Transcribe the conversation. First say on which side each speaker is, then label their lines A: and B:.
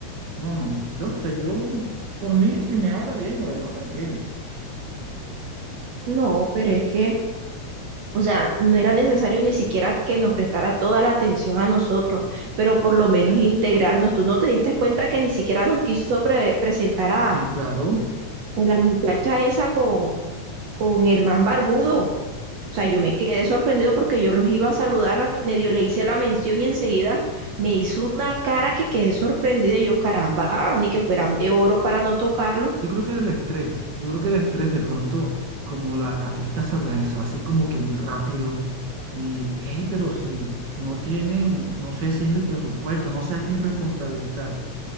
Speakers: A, on the right; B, on the right.
A: No, no, yo no sé, yo, por mí, si me habla bien o denota bien.
B: No, pero es que O sea, no era necesario ni siquiera que nos prestara toda la atención a nosotros, pero por lo menos integrarnos. Tú no te diste cuenta que ni siquiera nos quiso pre- presentar a,
A: Sí,
B: a
A: claro.
B: la muchacha esa con, con el man barbudo. O sea, yo me quedé sorprendido porque yo los iba a saludar, medio le hice la mención y enseguida me hizo una cara que quedé sorprendida. y Yo, caramba, ni que fueran de oro para no tocarlo.
A: Yo creo que era el estrés, yo creo que era el estrés de pronto, como la, la fiesta se organizó así como que muy rápido. Y, hey, pero si no tienen, no sé si es el presupuesto, no sé a quién responsabilizar.